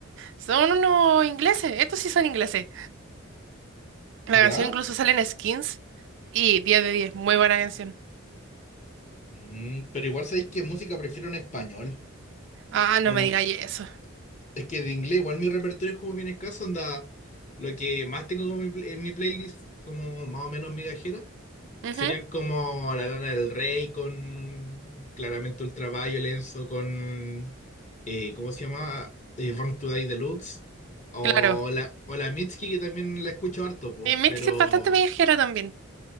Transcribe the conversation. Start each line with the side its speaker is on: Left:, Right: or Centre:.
Right: Son unos ingleses, estos sí son ingleses. La
Left: ¿Ya?
Right: canción incluso sale en Skins y 10 de 10 muy buena canción.
Left: Mm, pero igual sabéis que música prefiero en español.
Right: Ah, no
Left: como
Right: me digáis eso.
Left: Es que de inglés igual mi repertorio es como bien escaso, anda, lo que más tengo como mi pl- en mi playlist, como más o menos migajera,
Right: Ujú,
Left: serían como La Lana del Rey con un- claramente Ultraviolence o con, eh, ¿cómo se llama? Eh, Born to Die Deluxe, o
Right: claro.
Left: la, o la Mitski que también la escucho harto, pues,
Right: Y Mystic
Left: pero,
Right: es bastante viajero también,